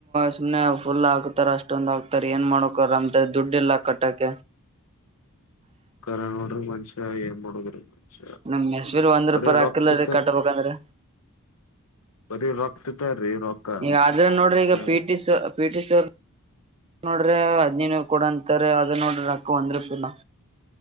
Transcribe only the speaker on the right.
ಸುಮ್ನೆ ಫುಲ್ ಹಾಕ್ತಾರ ಅಷ್ಟೊಂದ್ ಹಾಕ್ತಾರ ಏನ್ ಮಾಡಕರ ಅಮ ದುಡ್ ಇಲ್ಲ ಕಟ್ಟಕ
ನಮ್ ಮೆಸ್ವಿಲ್ ಒಂದ್
ರೂಪಾಯ ಹಾಕಿಲ್ಲ
ರೀ ಕಟ್ಬೇಕಂದ್ರೆ
ಈಗ ಅದ ನೋಡ್ರಿ
ಈಗ ಪಿ ಟ ಪಿಟ ಸ ಅವರ್ ನೋಡ್ರೆ ಹದ್ಿನೈನರು ಕೊಡಂತಾರೆ ಅದ ನೋಡ್ರ ಅಕ್ಕ ಒಂದ್ ರೂಪಾಯಿನ